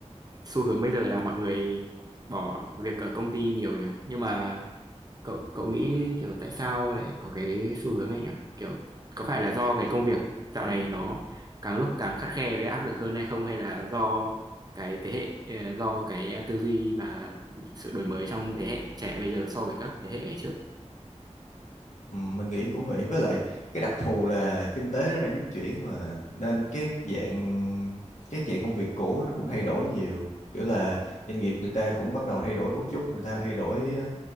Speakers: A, on the right; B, on the left.
A: xu hướng bây giờ là mọi người bỏ việc ở công ty nhiều nhỉ nhưng mà cậu cậu nghĩ kiểu tại sao lại có cái xu hướng này nhỉ kiểu có phải là do cái công việc dạo này nó càng lúc càng khắt khe với áp lực hơn hay không hay là do cái thế hệ ờ, do cái tư duy và sự đổi mới trong thế hệ trẻ bây giờ so với các thế hệ ngày trước
B: Ừ, mình nghĩ cũng vậy với lại cái đặc thù là kinh tế nó đang biến chuyển mà nên các dạng các dạng công việc cũ nó cũng thay đổi nhiều kiểu là doanh nghiệp người ta cũng bắt đầu thay đổi cấu trúc người ta thay đổi ờ,